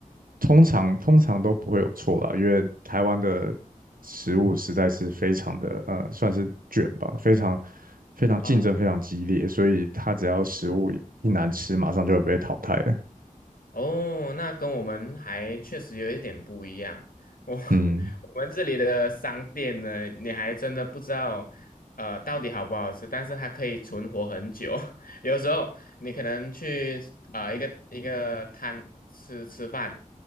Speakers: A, on the right; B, on the left.
A: 通常通常都不会有错啦，因为台湾的食物实在是非常的呃，算是卷吧，非常非常竞争非常激烈，
B: 啊，哦
A: 所以它只要食物一难吃，马上就会被淘汰了。
B: 哦，那跟我们还确实有一点不一样。我 <laughs>
A: 嗯
B: 我们这里的商店呢，你还真的不知道，呃，到底好不好吃，但是它可以存活很久。<laughs> 有时候你可能去啊、呃一个一个摊吃吃饭，